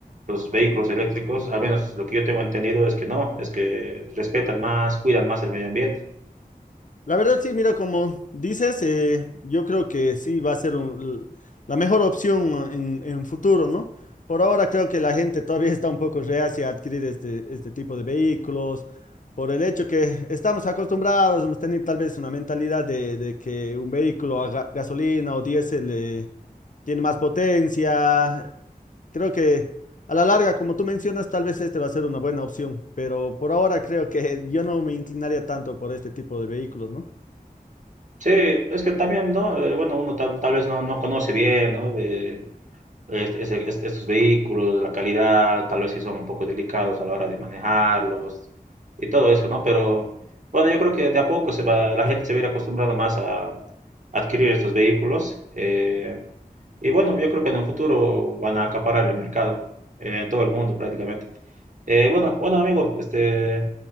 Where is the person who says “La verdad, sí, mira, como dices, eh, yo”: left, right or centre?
Left